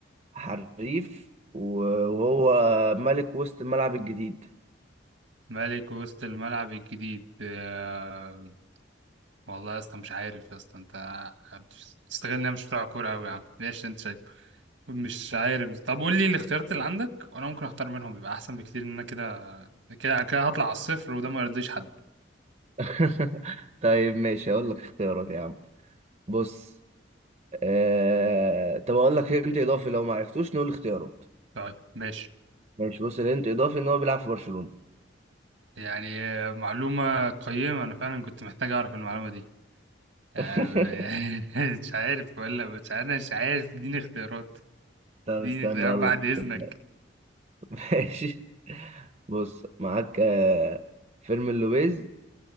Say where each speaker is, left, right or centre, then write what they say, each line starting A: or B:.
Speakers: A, on the right (about 35°); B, on the right (about 75°).
A: حريف وهو ملك وسط الملعب الجديد
B: ملك وسط الملعب الجديد آه والله يا اسطى مش عارف يا اسطى أنت تستغل إن أنا مش بتاع كورة أوي يا عم ليش أنت شايف مش عارف طب قول لي الاختيارات اللي عندك وأنا ممكن أختار منهم يبقى أحسن بكتير إن أنا كده كده كده هطلع على الصفر وده ما يرضيش حد
A: <laughs> طيب ماشي اقول لك اختيارات يا عم بص آه... طب اقول لك هنت اضافي لو ما عرفتوش نقول اختيارات
B: طيب ماشي
A: ماشي بص الهنت اضافي ان هو بيلعب في برشلونة
B: يعني آه، معلومة قيمة أنا فعلا كنت محتاج أعرف المعلومة دي آه،
A: <laughs>
B: <laughs> مش عارف ولا مش عارف مش عارف اديني اختيارات
A: طب
B: اديني
A: استنى
B: اختيارات
A: اقول
B: بعد اذنك
A: لك <laughs> ماشي بص معاك آه، فيرمين لوبيز